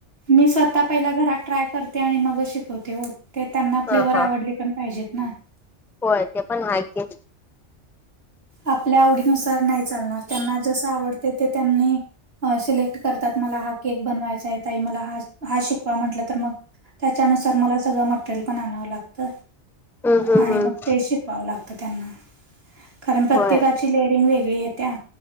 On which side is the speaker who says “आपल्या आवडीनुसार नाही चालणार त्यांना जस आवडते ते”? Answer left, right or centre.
Right